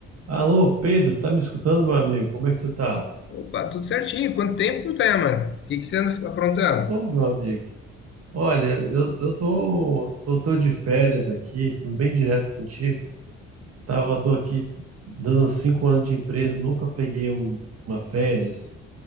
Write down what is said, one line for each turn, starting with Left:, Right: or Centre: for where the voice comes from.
Right: Alô, Pedro, tá me escutando, meu amigo? Como é que você tá?
Left: Opa, tudo certinho. Quanto tempo, Tayaman? O que que você anda aprontando?
Right: Ô, meu amigo, olha, eu, eu tô, tô, tô de férias aqui, sendo bem direto contigo. Tava, tô aqui dando uns cinco anos de empresa, nunca peguei um- uma férias.